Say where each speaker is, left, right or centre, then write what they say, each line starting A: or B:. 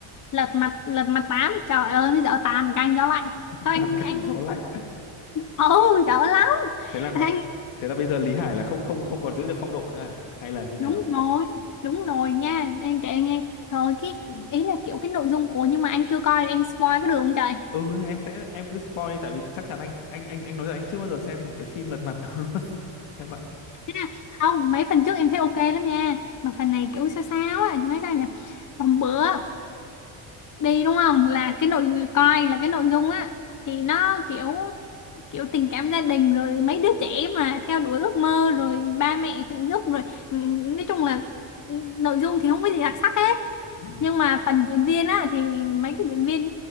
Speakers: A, on the left; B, on the left.
A: Lật mặt Lật mặt tám. Trời ơi, nó dở tàn canh gió lạnh. Thôi
B: Tam
A: anh
B: Cánh
A: anh
B: Gió Lạnh.
A: ồ dở lắm.
B: Thế là
A: Anh
B: thế là bây giờ Lý Hải là không không không còn giữ được phong độ nữa, à? hay là như nào?
A: đúng rồi, đúng rồi nha. Em kể nghe. Thôi cái ý là kiểu cái nội dung ủa nhưng mà anh chưa coi em spoil có được không trời?
B: Ừ, em sẽ em cứ spoil đi, tại vì chắc chắn anh anh anh anh nói là anh chưa bao giờ xem một cái phim lật mặt nào luôn <laughs> em ạ.
A: Ha, Không, mấy phần trước em thấy ok lắm nha. Mà phần này kiểu sao sao á, nói sao nhỉ? Hôm bữa đi đúng không là cái nội coi là cái nội dung á thì nó kiểu kiểu tình cảm gia đình rồi mấy đứa trẻ mà theo đuổi ước mơ rồi ba mẹ phụ giúp rồi ừm, nói chung là ừm, nội dung thì không có gì đặc sắc hết
B: Ừ,
A: nhưng mà phần diễn viên á thì mấy cái diễn viên